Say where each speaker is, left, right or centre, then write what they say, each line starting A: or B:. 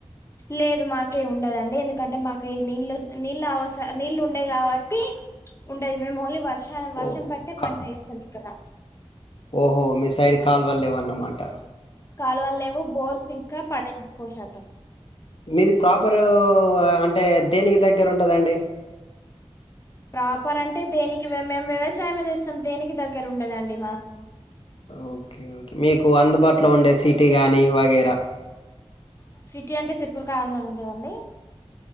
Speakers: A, on the left; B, on the left.
A: లేదు మాకే ఉండదండి ఎందుకంటే మాక నీళ్లు నీళ్ళు అవసర నీళ్ళు ఉండేవి కాబట్టి టీ చెప్పి ఉండది మేము ఓన్లీ వర్ష వర్షం
B: ఓహో
A: బట్టే
B: కా
A: పంట ఇస్తాం ఇక్కడ
B: ఓహో మీ సైడ్ కాల్ వాల్లేవా అన్నమాట
A: కాలు వల్ళ లేవు బోర్స్ ఇంక పడ కోషాతర్
B: మీది ప్రాపరు అంటే దేనికి దగ్గర ఉంటదండి
A: ప్రాపర్ అంటే దేనికి మేము వ్యవసాయే చేస్తాం దేనికి దగ్గర ఉండదండి మాకు
B: ఒకే ఒకే మీకు అందుబాటులో ఉండే సిటీ కాగానీ వగైరా
A: టీ అంటే చిరుపూర్ కార్నర్ ఉంటదండి